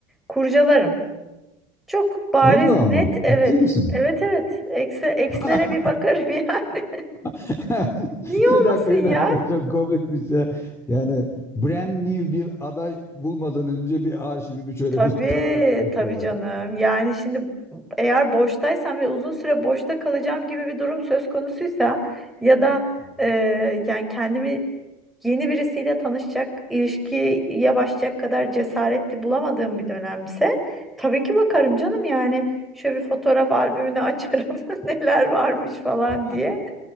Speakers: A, in the centre; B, on the left.
A: kurcalarım. Çok
B: <laughs>
A: bariz
B: Vallahi ama
A: net evet.
B: ciddi misin?
A: Evet evet. Ekse, ekslere
B: <laughs>
A: bir bakarım <laughs> yani.
B: <laughs>
A: Niye olmasın
B: Bir dakika, bir
A: ya?
B: dakika. Çok komik bir şey. Yani brand new bir aday bulmadan önce bir arşivi bir şöyle
A: Tabii,
B: bir tararıp diyorsun
A: tabii
B: ya.
A: canım. Yani şimdi eğer boştaysam ve uzun süre boşta kalacağım gibi bir durum söz konusuysa ya da
B: Hı hı.
A: e, yani kendimi yeni birisiyle tanışacak, ilişkiye başlayacak kadar cesaretli bulamadığım bir dönemse tabii ki bakarım canım yani şöyle bir fotoğraf albümünü açarım <laughs> neler varmış falan
B: <laughs>
A: diye.